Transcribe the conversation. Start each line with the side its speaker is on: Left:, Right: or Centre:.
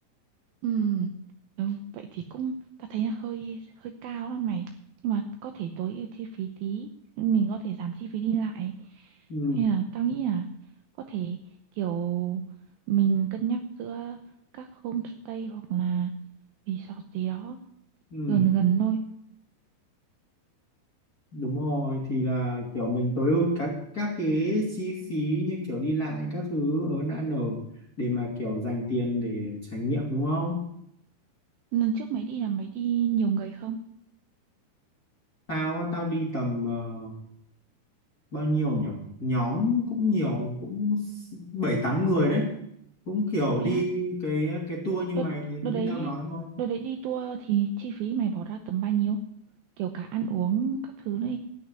Right: Ừm, ừ, vậy thì cũng ta thấy là hơi hơi cao đó mày nhưng mà có thể tối ưu chi phí tí mình có thể giảm chi phí đi lại
Left: Ừ,
Right: hay là tao nghĩ là có thể kiểu mình cân nhắc giữa các homestay hoặc là resort gì đó
Left: ừ,
Right: gần gần thôi
Left: đúng rồi thì là kiểu mình tối ưu các các cái chi phí như kiểu đi lại các thứ ở ăn ở để mà kiểu dành tiền để trải nghiệm đúng không?
Right: lần trước mày đi là mày đi nhiều người không
Left: Tao á, tao đi tầm ờ, bao nhiêu nhỉ? Nhóm cũng nhiều, cũng s- bảy tám người đấy. Cũng kiểu
Right: vậy
Left: đi
Right: á
Left: cái cái tour như
Right: đợt
Left: mày như
Right: đợt đấy
Left: tao nói thôi.
Right: đợt đấy đi tour thì chi phí mày bỏ ra tầm bao nhiêu kiểu cả ăn uống các thứ nữa